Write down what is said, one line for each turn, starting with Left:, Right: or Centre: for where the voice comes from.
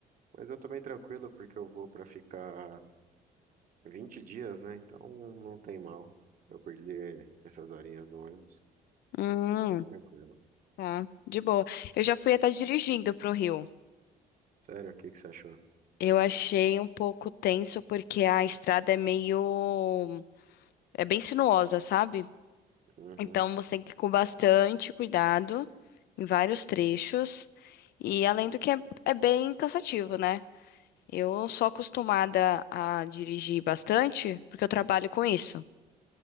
Right: Mas eu tô bem tranquilo porque eu vou pra ficar 20 dias, né? Então não tem mal eu perder essas horinhas no ônibus.
Left: Hum,
Right: Tá bem tranquilo.
Left: tá. De boa. Eu já fui até dirigindo pro Rio.
Right: Sério, o que que você achou?
Left: Eu achei um pouco tenso porque a estrada é meio. É bem sinuosa, sabe?
Right: Uhum.
Left: Então você tem que ir com bastante cuidado em vários trechos. E além do que é, é bem cansativo, né? Eu sou acostumada a dirigir bastante porque eu trabalho com isso.